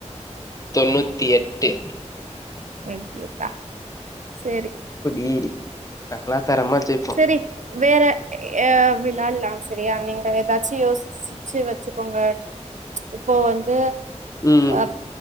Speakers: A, on the left; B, on the right.
A: தொண்ணூத்தி எட்டு
B: அய்யோப்பா சேரி
A: புடி நா லா தரமாச்சே
B: செரி வேற எ விளால்லா சரியா நீங்க ஏதாச்சி யோஸ் சுச்சு வச்சுக்கோங்க இப்போ வந்து
A: ம்
B: அப்